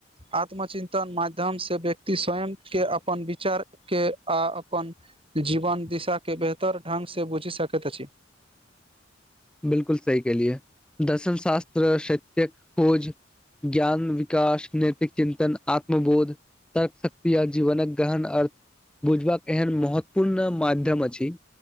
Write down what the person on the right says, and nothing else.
आत्मचिन्तन माध्यम से व्यक्त स्वयं के अपन विचार के आ अपन जीवन दिशा के बेहतर ढ्ंगसँ बुझि सकैत अछि